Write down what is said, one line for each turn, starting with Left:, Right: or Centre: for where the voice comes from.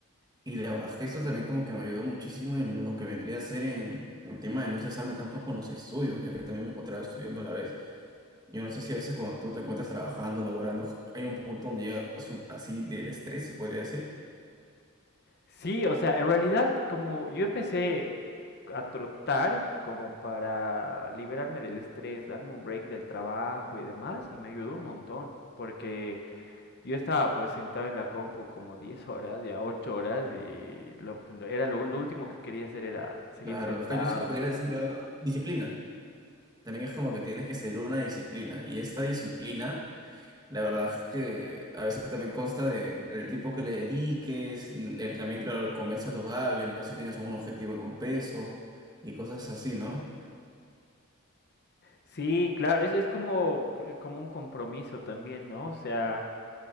Right: Y la verdad es que esto también como que me ayudó muchísimo en lo que vendría a ser en el tema de no cesarme tanto con los estudios, ya que también me encontraba estudiando a la vez. Yo no sé si a veces cuando tú te encuentras trabajando, laborando, hay un punto donde llegas un- así del estrés, se podría decir.
Left: Sí, o sea, en realidad como yo empecé a trotar como para liberarme del estrés, darme un break del trabajo y demás, y me ayudó un montón, porque yo estaba pues sentado en la compu como 10 horas, ya 8 horas, y lo, lo- era lo, lo último que quería hacer era seguir
Right: La
Left: sentado.
Right: verdad es que yo siento que quería decir ah, disciplina. También es como que tienes que seguir una disciplina. Y esta disciplina, la verdad es que a veces también consta de el tiempo que le dediques, el- también, claro, comer saludable, no sé si tienes un objetivo en un peso y cosas así, ¿no?
Left: Sí, claro, es, es como, como un compromiso también, ¿no? O sea...